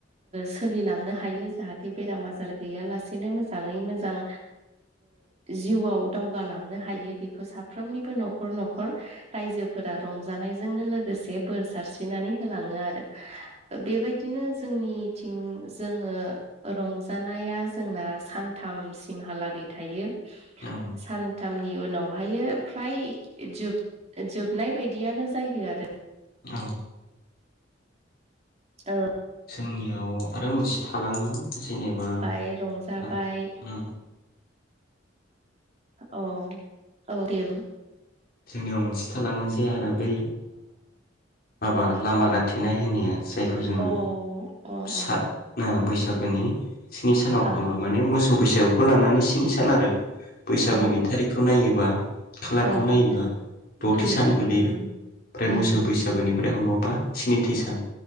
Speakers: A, on the right (about 35°); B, on the left (about 55°).
A: सोलिलांनो हायो जाहाथे बेराम आजार गैयालासेनो मोजाङै मोजां जिउआव दावगालांनो हायो बेखौ। साफ्रोमनिबो न'खर न'खर रायजोफोरा रंजानायजोंनो लोगोसे बोर सारस्रिनानै होलाङो आरो बेबायदिनो जोंनिथिं जोङो रंजानाया जोंना सानथामसिमहालागै थायो। सान्थ
B: औ औ
A: सानथामनि उनाव फ्राय जोब जोबनाय बायदियानो जायो आरो।
B: औ
A: ओ
B: जोंनियाव आरो मोनसे थालाङो जेनेबा
A: मोसाबाय रंजाबाय
B: ओ उम
A: औ औ‌ दे बुं
B: जोंनियाव मोनसे थालांनोसै आरो बै माबा लामा गाथे <unintelligible> जायखौ जोङो
A: ओ औ अ
B: फिसा बैसाग लोगोनि स्नि सानाव
A: अ
B: खुङो
A: ओं
B: माने मोसौ मोसौ बैसागोखौ लानानै स्रि सान आरो बैसागुनि
A: अ
B: थारिखौ नायोबा कालारखौ
A: ओं ओं
B: दथि
A: उम
B: सान
A: उम
B: गोलैयो
A: उम
B: ओमफ्राय
A: उम
B: मोसौ बैसागुनि ओमफ्राय हमोबा स्निथि सान